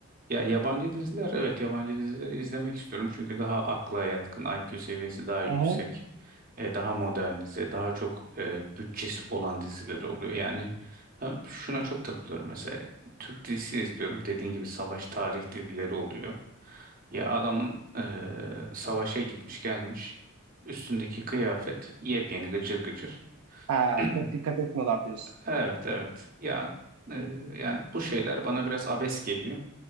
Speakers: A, on the right; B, on the right.
A: Ya yabancı diziler evet yabancı dizileri izlemek istiyorum çünkü daha akla yatkın IQ seviyesi daha yüksek
B: Hı hı.
A: e, daha modernize daha çok e, bütçesi olan dizileri oluyor yani ben şuna çok takılıyorum mesela Türk dizisi izliyorum dediğin gibi savaş tarih dizileri oluyor ya adamın e, savaşa gitmiş gelmiş üstündeki kıyafet yepyeni gıcır gıcır
B: Ha,
A: <clears throat>
B: çok dikkat etmiyorlar diyorsun.
A: evet evet ya e, yani bu şeyler bana biraz abes geliyor